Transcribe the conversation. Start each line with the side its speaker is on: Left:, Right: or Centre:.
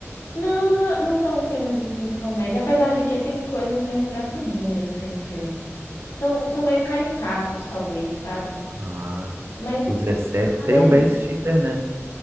Left: Não, não, é- não são filmes, assim, de comédia, apesar de que tem coisas meio engraçadinhas, assim, no filme. São, são meio caricatos, talvez, sabe?
Right: Ah,
Left: Mas.
Right: o Zé Sete
Left: Ai,
Right: tem
Left: é
Right: o Ben Stiller, né?